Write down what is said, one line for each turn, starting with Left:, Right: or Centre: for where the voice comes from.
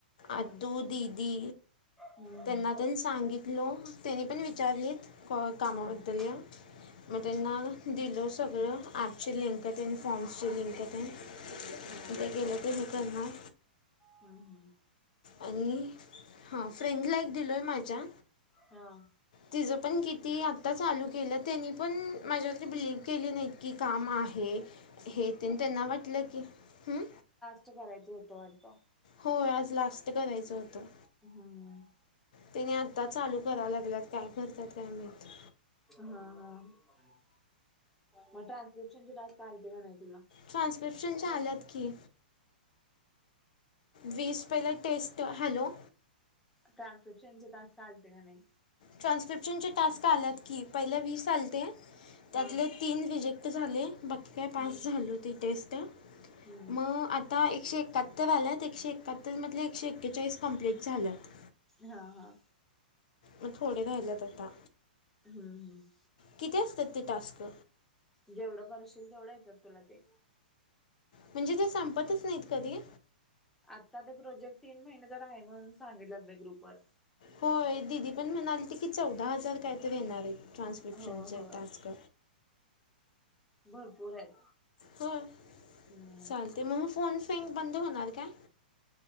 Centre: हम्म
Left: आतू दिदी,
Centre: हम्म
Left: त्यांना
Centre: हम्म
Left: तन सांगीत तलो, त्यनी पण विचारलीत कामाबद्दल
Centre: हम्म
Left: या. मग त्यंना दिलो सगळं, ॲपची लिंक फॉर्म्सचे लिंक येन, मग
Centre: हा
Left: ते गेलं की हे करणार.
Centre: हम्म हम्म.
Left: आणि, हां फ्रेड ला एक दिलोय माझ्या
Centre: हां.
Left: तिजं पण किती, आत्ता चालू केलं त्यानी पण माझ्यावर बिलीव्ह केलं नाहीत, की काम आहे हे तेन, त्यांना वाटलं की, हम्म.
Centre: असं करायचं होतं वाटतं.
Left: होय आज लास्ट करायचं होतं.
Centre: हा. हा.
Left: त्यांनी आता चालू कराय लागल्यात काय करतेत काय माहती.
Centre: हा. हा. मग ट्रान्सक्रिप्शन चे टास्क आलते का नाय तुला?
Left: ट्रान्स्क्रिप्शनचे आल्यात की वीस पहिला टेस्ट हॅलो.
Centre: ट्रान्सक्रिप्शन चे टास्क आलते का नाही.
Left: ट्रान्स्क्रिप्शनचे टास्क आल्यात की पहिल्या वीस आलते त्यातले
Centre: हा
Left: तीन रिजेक्ट झाले बाकी काय पास
Centre: हा
Left: झालो ती टेस्ट मग
Centre: हम्म
Left: आता आता एकशे एकाहत्तर आल्यात एकशे एकाहत्तरमधले एकशे एक्केचाळीस कम्प्लीट झाल्यात.
Centre: हा. हा.
Left: मग थोडे राहील्यात आता.
Centre: हम् हम्म.
Left: किती असतात ते टास्क.
Centre: जेवढं करशील तेवढं येतात तुला ते.
Left: म्हणजे ते संपतच नाहीत कधी?
Centre: आता ते प्रोजेक्ट तीन महिने तर आहे म्हणून सांगितलेत बाई ग्रुप वर.
Left: होय दिदी पण म्हणाले ते की चौदा हजार काय तर येणार आहेत. ट्रान्स्क्रिप्शनचे
Centre: हो होय
Left: टास्क.
Centre: भरपूर आहेत
Left: होय
Centre: हम्म
Left: चाल ते मग फोन फिग बंद होणार काय?